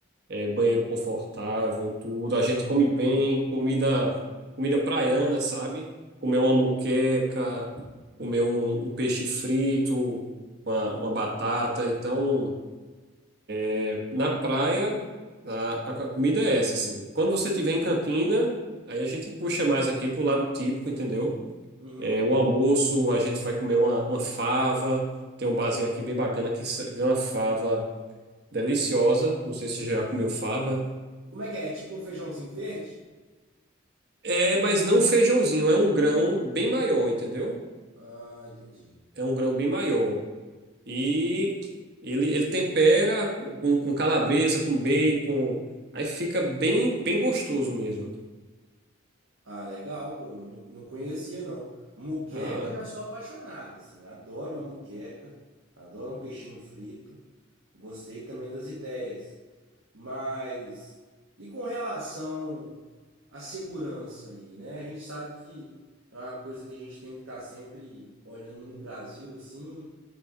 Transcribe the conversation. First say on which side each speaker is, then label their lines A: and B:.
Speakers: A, on the right; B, on the right.
A: é, banheiro confortável, tudo. A gente come bem, comida, comida praiana, sabe? Comer uma moqueca, comer um, um peixe frito, uma, uma batata. Então, é, na praia, a, a a comida é essa, assim. Quando você estiver em Campina, aí a gente puxa mais aqui pro lado típico, entendeu?
B: Uhum.
A: É, o almoço, a gente vai comer uma, uma fava. Tem um barzinho aqui bem bacana que sa- vem uma fava deliciosa. Não sei se já comeu fava.
B: Como é que é? É tipo um feijãozinho verde?
A: É, mas não feijãozinho, é um grão bem maior, entendeu?
B: Ah, entendi.
A: É um grão bem maior. E ele, ele tempera com, com calabresa, com bacon, aí fica bem, bem gostoso mesmo.
B: Ah, legal, pô. Eu não, não conhecia, não. Muqueca
A: Ah,
B: eu já sou apaixonado, assim. Adoro uma muqueca. Adoro um peixinho frito. Gostei também das ideias. Mas e com relação à segurança aí, né? A gente sabe que é uma coisa que a gente tem que estar sempre olhando no Brasil, assim.